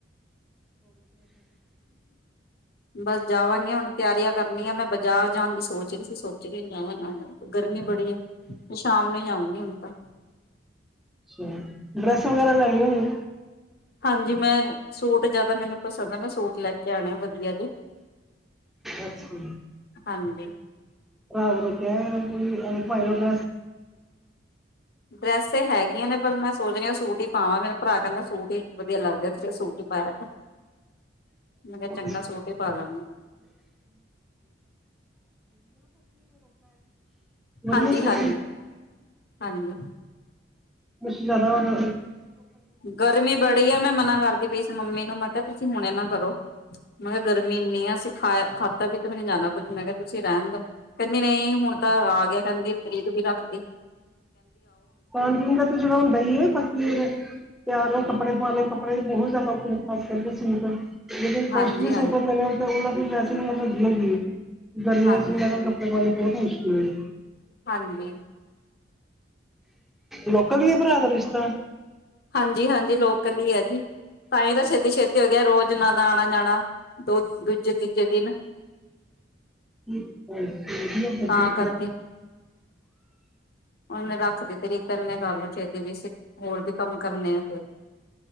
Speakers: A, in the centre; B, on the left (about 55°).
A: <unintelligible>
B: ਬਸ ਜਾਵਾਂਗੀ ਹੁਣ ਤਿਆਰੀਆਂ ਕਰਨੀਆਂ ਮੈਂ ਬਾਜ਼ਾਰ ਜਾਣ ਦੀ ਸੋਚ ਰਹੀ ਸੀ ਸੋਚਾ ਜਾਵਾ ਨਾ ਗਰਮੀ ਬੜੀ ਆ ਸ਼ਾਮ ਨੂੰ ਜਾਊਗੀ ਹੁਣ ਤਾ
A: ਅੱਛਾ ਡਰੈਸ ਵਗੈਰਾ ਲੈਣੀ ਹੋਨੀ
B: ਹਾਂਜੀ ਮੈਂ, ਸੂਟ ਜਿਆਦਾ ਮੈਨੂੰ ਪਸੰਦ ਆ ਮੈਂ ਸੂਟ ਲੈ ਕੇ ਆਣੇ ਆ ਵਧੀਆ ਜੇ,
A: ਅੱਛਾ
B: ਹਾਂਜੀ
A: ਭਰਾ ਰੋਕਿਆ ਅਰੇ ਭਾਈ ਉਹ
B: ਡਰੈੱਸ ਤੇ ਹੈਗੀਆਂ ਨੇ ਪਰ ਮੈਂ ਸੋਚ ਰਹੀ ਸੂਟ ਈ ਪਾਵਾਂ ਮੇਰਾ ਭਰਾ ਕਹਿੰਦਾ ਸੂਟ ਵਧੀਆ ਲੱਗਦਾ ਤੇਰੇ ਸੂਟ ਹੀ ਪਾਇਆ
A: <inaudible>
B: ਮੈਂ ਕਿਹਾ
A: ਅ
B: ਚੰਗਾ ਸੂਟ ਹੀ ਪਾ ਲਾਂਗੀ
A: ਵਧੀਆ
B: ਹਾਂਜੀ
A: ਸੂਟ
B: ਹਾਂਜੀ
A: ਛ
B: ਹਾਂਜੀ
A: ਜ਼ਿਆਦਾ ਹੋਦਾ
B: ਗਰਮੀ ਬੜੀ ਆ ਮੈਂ ਮਨਾ ਕਰਦੀ ਪਈ ਇਸ ਮੰਮੀ ਨੂੰ ਮੈਂ ਤਾਂ ਤੁਸੀਂ ਹੁਣ ਇਹ ਕਰੋ ਮੈਂ ਕਿਹਾ ਗਰਮੀ ਇੰਨੀ ਆ ਅਸੀਂ ਖਾਇਆ ਖਾਤਾ ਵੀ ਤੇ ਮੈਨੂੰ ਜਾਂਦਾ ਕੁੱਝ ਮੈਂ ਕਿਹਾ ਤੁਸੀਂ ਰਹਿਣ ਦੋ, ਕਹਿੰਦੀ ਨਹੀਂ, ਹੁਣ ਤਾਂ ਆ ਗਿਆ ਕਹਿੰਦੀ ਤਰੀਕ ਵੀ ਰੱਖਤੀ ਕ
A: ਪਾਣ -ਪੀਣ ਦਾ ਤਾਂ ਜਿਹੜਾ ਹੁੰਦਾ ਹੈ ਬਾਕੀ ਪਿਆਰ ਨਾਲ ਕੱਪੜੇ ਪਾਉਣੇ ਕੱਪੜੇ ਵੀ ਬਹੁਤ ਜ਼ਿਆਦਾ ਉਥੇ ਖਾਸ ਕਰਕੇ ਸੀ ਜਿਹੜੇ ਕੋਸਟਲੀ
B: ਹਾਂਜੀ ਹਾਂਜੀ
A: ਸੂਟ ਹੁੰਦੇ ਨੇ ਉਹਨਾਂ <unintelligible> ਗਰਮੀਆਂ
B: ਹਾਂਜੀ
A: ਸੀ ਨਗਰ ਲੱ ਵਾਲੇ ਪਹੁਤ ਹ
B: ਹਾਂਜੀ
A: ਲੋਕਲ ਈ ਐ ਭਰਾ ਦਾ ਰਿਸ਼ਤਾ
B: ਹਾਂਜੀ -ਹਾਂਜੀ ਲੋਕਲ ਹੀ ਹੈ ਜੀ, ਤਾਂ ਹੀ ਤਾਂ ਛੇਤੀ- ਛੇਤੀ ਹੋ ਗਿਆ ਰੋਜ਼ ਨ ਦਾ ਆਣਾ- ਜਾਣਾ ਦੋ ਦੂਜੇ -ਤੀਜੇ ਦਿਨ
A: ਹਾਂਜੀ ਵਧੀਆ ਕਰ
B: ਤਾਂ ਕਰਕੇ ਉਹਨੇ ਰੱਖ ਦਿੱਤੀ ਤਰੀਕ, ਕਹਿਦੇ ਕਰ ਲੋ, ਛੇਤੀ ਵੀ ਸੀ ਹੋਰ ਵੀ ਕੰਮ ਕਰਨੇ ਆ ਫਿਰ